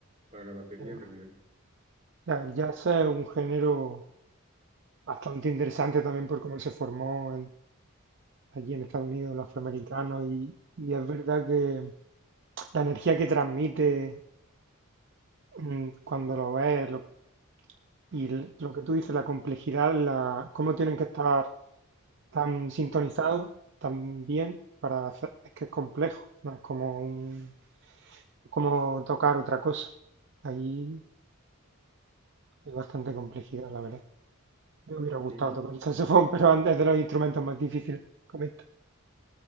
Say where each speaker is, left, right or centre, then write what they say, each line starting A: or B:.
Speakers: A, on the right (about 30°); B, on the right (about 55°).
A: para la batería
B: Ya,
A: en realidad.
B: ya, El jazz es un género bastante interesante también por cómo se formó allí en Estados Unidos, los afroamericanos, y, y es verdad que la energía que transmite mm, cuando lo ves lo- y l- lo que tú dices, la complejidad, la, cómo tienen que estar tan sintonizados, tan bien, para hacer, es que es complejo, no es como un, como tocar otra cosa. Ahí hay bastante complejidad, la verdad. Me hubiera gustado
A: Sí,
B: tocar el saxofón, <laughs> pero es de los instrumentos más difíciles. Comenta.